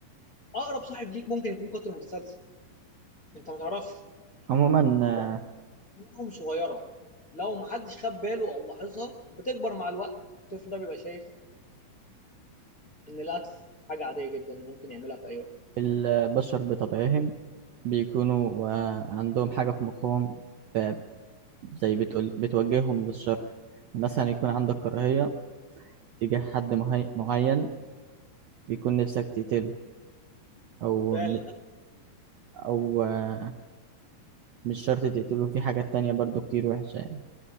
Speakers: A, on the left; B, on the right.
A: أقرب صاحب ليك ممكن يكون قاتل متسلسل أنت ما تعرفش
B: عموما آه،
A: بس دماغهم صغيرة لو ما حدش خد باله أو لاحظها بتكبر مع الوقت الطفل ده بيبقى شايف إن القتل حاجة عادية جدا وممكن يعملها في أي وقت
B: البشر بطبعهم بيكونوا آه، عندهم حاجة في مخهم ف- زي بتقول بتوجههم للشر مثلا يكون عندك كراهية تجاه حد مهي... معين بيكون نفسك تقتله أو
A: فعلا
B: م- أو آه، مش شرط تقتله في حاجات تانية برضو كتير وحشة يعني